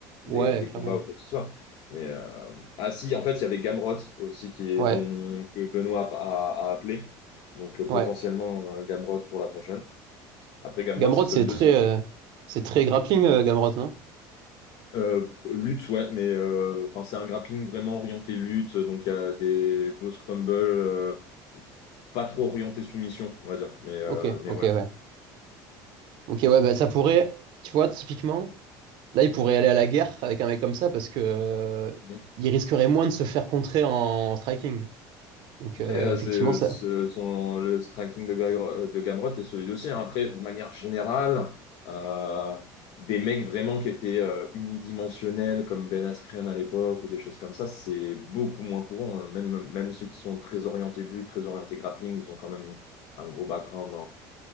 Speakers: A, on the right; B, on the left.
A: Ouais,
B: des, des
A: clairement.
B: combats ou quoi que ce soit. Mais euh, ah si, en fait, il y avait Gamrot aussi qui est
A: Ouais,
B: dont que Benoît a, a- a appelé. Donc euh,
A: ouais.
B: potentiellement euh, Gamrot pour la prochaine. Après Gamrot,
A: Gamrot,
B: c'est solide
A: c'est très,
B: aussi. hein.
A: euh, c'est très grappling, euh, Gamrot, non?
B: Euh, lutte, ouais, mais euh, enfin, c'est un grappling vraiment orienté lutte, donc il y a des beaux scrumbles, euh, pas trop orienté soumission, on va dire, mais, euh,
A: Ok,
B: mais
A: ok,
B: ouais.
A: ouais. Ok, ouais, bah ça pourrait, tu vois, typiquement. Là, il pourrait aller à la guerre avec un mec comme ça parce que euh,
B: Bon.
A: il risquerait moins de se faire contrer en en striking. Donc
B: Après,
A: euh,
B: euh,
A: effectivement,
B: c'est,
A: ça.
B: ce- son, le striking de, Ga- de Gamrot est solide aussi. hein. Après, de manière générale, euh, des mecs vraiment qui étaient euh, unidimensionnels, comme Ben Askren à l'époque, ou des choses comme ça, c'est beaucoup moins courant. hein. Même, même ceux qui sont très orientés lutte, très orientés grappling, ils ont quand même un gros background